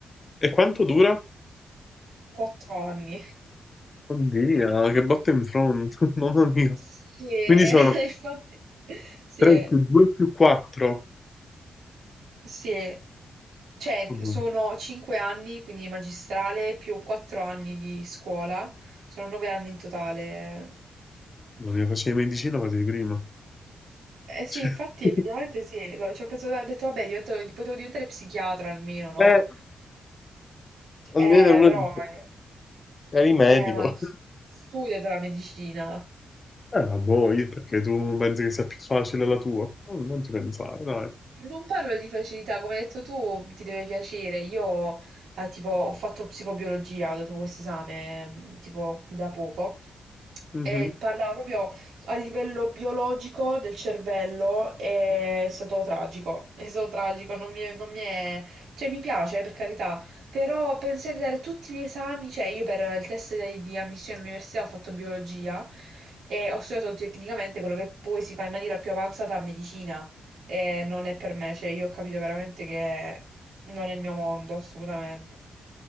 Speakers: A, on the left; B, on the right.
A: E quanto dura?
B: quattro anni.
A: Oddio, che botta in front, <laughs> mamma mia.
B: Sì, eh,
A: Quindi sono
B: <laughs> infatti, sì,
A: 3
B: eh,
A: più 2 più 4.
B: sì. eh. Cioè,
A: Mamma
B: sono cinque anni, quindi magistrale, più quattro anni di scuola, sono nove anni in totale.
A: mamma mia, facevi medicina quasi prima.
B: Eh sì,
A: <laughs>
B: infatti, effettivamente sì, lo- ci ho pensato, ho detto, vabbè, divento- potevo diventare psichiatra almeno, no?
A: Cioè, Eh, almeno
B: Eh,
A: uno
B: però,
A: dice,
B: eh,
A: eri medico.
B: eh, ma s- studiate la medicina.
A: Eh, la boh, io perché tu pensi che sia più facile la tua? Mm, Non ti pensare, dai.
B: Non parlo di facilità, come hai detto tu, ti deve piacere. Io, eh, tipo, ho fatto psicobiologia, ho dato questo esame, mm, tipo, da poco.
A: Mhm.
B: E parlava proprio a livello biologico del cervello, e è stato tragico, è stato tragico, non mi è, non mi è- cioè mi piace per carità, però pensare di dare tutti gli esami, cioè io per il test di, di ammissione all'università ho fatto biologia e ho studiato tecnicamente quello che poi si fa in maniera più avanzata a medicina e non è per me, cioè io ho capito veramente che non è il mio mondo, assolutamente.